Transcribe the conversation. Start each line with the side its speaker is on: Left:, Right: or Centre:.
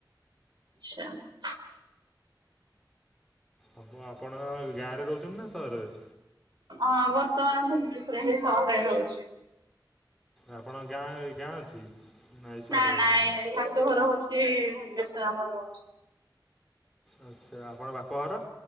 Right: <unintelligible>
Centre: ଆପ ଆପଣ ଗାଁରେ ରହୁଛନ୍ତି ନା ସହର ରେ?
Right: ହଁ ବର୍ତ୍ତମାନ ଭୁବନେଶ୍ବରେ ହିଁ ସହରରେ ରହୁଛି।
Centre: ଆପଣଙ୍କ ଗାଁ ଗାଁ ଅଛି? ନାଇଁ ସହରରେ
Right: ନା
Centre: ରହୁଛନ୍ତି।
Right: ନାଇଁ ଶାଶୂ ଘର ହୋଉଛି ଭୁବନେଶ୍ଵର ଆମର।
Centre: ଆଚ୍ଛା ଆପଣଙ୍କ ବାପ ଘର